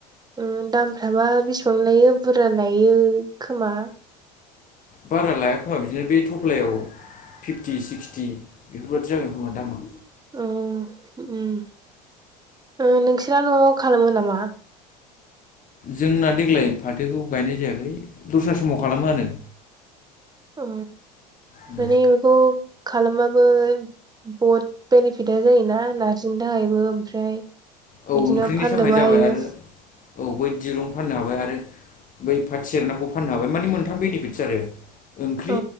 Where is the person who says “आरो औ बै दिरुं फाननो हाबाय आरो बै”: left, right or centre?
Left